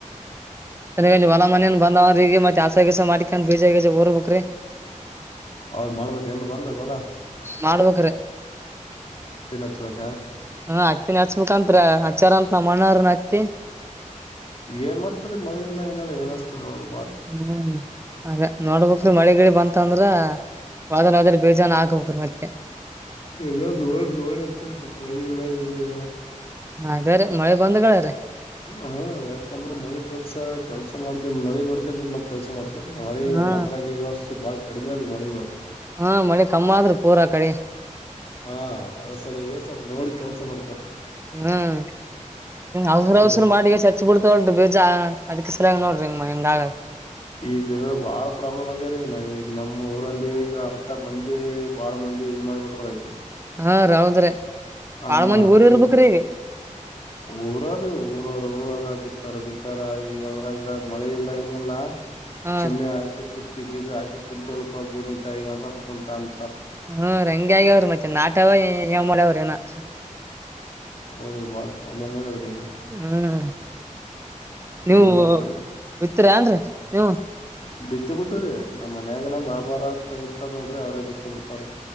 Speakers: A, on the right (about 20°); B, on the left (about 45°).
A: ಅದರೆ ಇಲ್ಲಿ ಹೊಲ ಮನ ಬಂದವರಿಗೆೆ ಏನ ಮಾಡತಿ ಹಸಗಿಸ ಮಾಡ್ಕೊಂಡ್ ಬೀಜ ಗಿಜ್ ಊರಬೇಕರಿ
B: ಹೌದ್ ಮಾಡ್ಬೇಕ ಏನ್ರ ಬಂದವ ಹೊಲ
A: ಮಾಡ್ಬೇಕ್ರೆ
B: ಹಚ್ಬೇಕ್ರಿ
A: ಹ್ಮ ಹತ್ತಿನ ಹಚ್ಚಬೇಕಂತರ ಹಚಾರ ಅಂತ ನ ಮನರ್ ನೆತ್ತಿ
B: ಏನ್ ಮಾಡ್ತಾರೆ ಮಳೆ ಇಲ್ಲ ಏನಲ್ಲ ಏನ್ ಹಚ್ತಾರೆ ನೋಡ್
A: ಹ್ಮ್ ಅದೇ ನೋಡ್ಬ್ರಿಕ್ರಿ ಮಳೆಗಿಳಿ ಬಂತ ಅಂದ್ರ ವದಲ್ ವಾದ ಬಿಜಾನು ಹಾಕಬೇಕರ್ ಮತ್ತೆ
B: ಎಲ್ಲ ನೋಡ್ ನೋಡ ಹಚ್ಚತೀನಿ ಸ್ವಲ್ಪ ಮಳಿ ಇಲ್ಲ ಏನಿಲ್ಲ
A: ಹ ಅದೇ ರೀ ಮಳೆ ಬಂದ್ಗಳ್ರೀ
B: ಹ ಹಾ ಯಾಕಂದ್ರ ಮಳಿ ಕೆಲ್ಸಾ ಕೆಲ್ಸ ನೋಡ್ಕ ಮಳಿ ನೋಡ್ಕಂದ್ರ ಮ ಕೆಲ್ಸ ಮಾಡ ಮಳಿ
A: ಹಾ
B: ಮದ್ರಾಗಿ ಈ ವರ್ಷಳ ಕಡಿಮೆ ಅದು ಮೊಳೆುವ <unintelligible>
A: ಹಾ ಮಳಿ ಕಮ್ಮ ಆದ್ರಿ ಪೂರಾ ಅಕಡಿ.
B: ಹಾ ಅದ್ರ ಸಲಿಗೆ ಸ್ವಲ್ಪ ನೋಡಿ ಕೆಲ್ಸ ಮಾಡ್ತಾರೆ
A: ಹ್ಮ್ ಔಸ್ರ
B: ಅದೇ
A: ಔಸರ ಮಾಡಿಗೆಸಿ ಹಚ್ ಬಿಡ್ತಾ ನೋಡ್ರಿ ಬೀಜಾ ಅದಕ್ಕೆ ಸಲ್ಯಾಗಿ ನೋಡ್ರಿಂಗ ಮನಿಂದ ಆಗ <unintelligible>
B: ಈಗ ಬಾಳ ಪ್ರಾಬ್ಲಮ್ ಆಗ್ಯಾರ ಇನ್ನ ನಮ್ಮ್ ಊರಲ್ಲಿ ಈಗ ಅರ್ಧ ಮಂದಿ ಬಾಳ ಮಂದಿ ಇದ ಮಾಡ್ಬಿಟ್ರ ಈಗ.
A: ಹಾ ರಿ ಹೌದ್ರಿ
B: ಹಾ
A: ಬಾಳ ಮಂದಿ ಊರ್ ಇರ್ಬೇಕ್ರಿ
B: ಈ
A: ಈಗ
B: ಊರಾರ ಊರವಾರ ಊರವರ ಬಿ ತ್ತಾರ ಬಿತ್ತಾರ ಈಗ ಅದ್ರಾಗ ಮಳಿ ಇಲ್ಲ ಏನಿಲ್ಲ.
A: ಹಾ
B: ಸುಮ್ನೆ
A: ರೀ
B: ಹಾಕಿ ತುಟ್ಟಿ ಬೀಜ ಹಾಕಿ ಕುಂತೆಲಪ ಭೂಮಿ ತಾಯಿಗ ಅಂತತ್ಕೊಂತನ್.
A: ಹ್ಮ ರಿ ಹಂಗೆ ಆಗ್ಯವ್ರಿ ಮತ್ತೆನ ನಾಟ್ಯಾವ ಮಾಡವ್ರ ಹೀನ. ಹ
B: ಹೌದ್ರಿ ಬಾಳ ಪ್ರಾಬ್ಲಮ್ ಆಗ್ಯದ್ರಿ ಈಗ.
A: ಹ್ಮ್ ನೀವು
B: ಏನ್ ಮಾಡ್ತಾರ
A: ಬಿತ್ತೀರ್ಯನ್ರಿ ನೀವು.
B: ಬಿತ್ತ ಬಿಟ್ಟರಿ. ನಮ್ಮ ಮನ್ಯಾಗ ನಮ್ಮ ಬಾಬಾರ ಹಾರ. ಇರ್ತಾರಲ್ರಿ ಅವ್ರೇ ಬೀತ್ತ ಬಿಡ್ತಾರೀ.